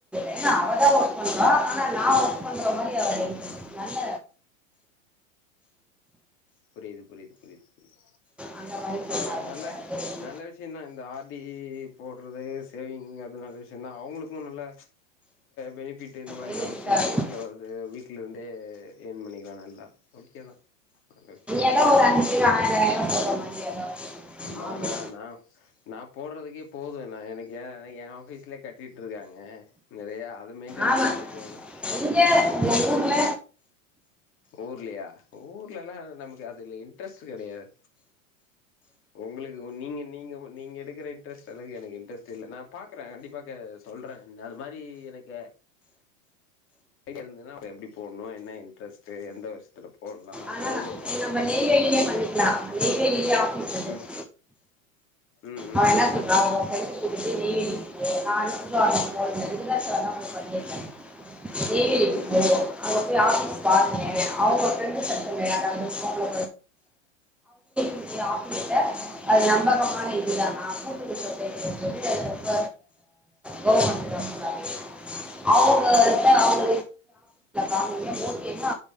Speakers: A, in the centre; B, on the left.
A: ஏன்னா அவதான் ஒர்க் பண்றான் ஆனா நான் ஒர்க் பண்ற மாதிரி அவ நல்ல
B: புரிது புரிது புரிது புரிது
A: அந்த மாதிரி
B: பரவாயல
A: சொன்னாங்க
B: நல்ல
A: சார் சரி
B: நல்ல விஷயம்தான் இந்த ஆர்டி போடுறது சேவிங் அது நல்ல விஷயம்தான் அவங்களுக்கும் நல்ல பெனிபிட் இந்த மாதிரி
A: வெளியிட்டாரு
B: கமிஷன் பேஸ்ல வருது வீட்டுல இருந்தே ஏன் பண்ணிக்கலாம் நல்லா ஓகேதான் நல்ல விஷயம்தான்
A: ஏதோ ஒரு அஞ்சு பேர் ஆயிரம் போடுற மாதிரி ஏதோ
B: நானா
A: ஆமா
B: நான் நான் போடுறதுக்கே போதும் எனக்கு ஏ என் ஆபீஸ்லயே கட்டிட்டு இருக்காங்க நிறைய அது மெயின்டென்
A: ஆமா
B: பண்ணாலே போதும்
A: இங்க இந்த ஊர்ல
B: ஊர்லையா ஊர்ல எல்லாம் நமக்கு அதுல இன்ட்ரெஸ்ட் கிடையாது உங்களுக்கு நீங்க நீங்க நீங்க எடுக்கிற இன்ட்ரெஸ்ட் அளவுக்கு எனக்கு இன்ட்ரெஸ்ட் நான் பாக்குறேன் கண்டிப்பா சொல்றேன் அது மாதிரி எனக்கு ஜோடியா இருந்ததுன்னா எப்படி போடணும் என்ன இன்ட்ரெஸ்ட் எந்த விருஸயத்துல போடலாம்
A: ஆனா
B: எவ்வளவு
A: நம்ம நேய்வேளிலையே பன்னிக்கள நெய்வேலி ஆபீஸ் இருக்கு
B: ம் ம் ம்
A: அவன்
B: ம்
A: என்ன சொல்றா உன் ப்ரெண்ட் <unintelligible> பண்ணிருக்கேன் நேய்வெளி
B: ம் ம் ம் ம் ம் ம் ம் ம் ம்
A: அங்க போய் ஆபீஸ் பாருங்க உங்க பிரெண்ட்ஸ் சர்க்கிள் யாராவது அவ்ளோ பெரிய ஆபீஸ்ல அது நம்பகமான இதுதான் நான் கூட்டுக்கது ரொம்ப கவர்மெண்ட் எம்ப்ளாய் அவங்ககிட்ட அவங்க வாங்கினது மூணு பேரு <unintelligible>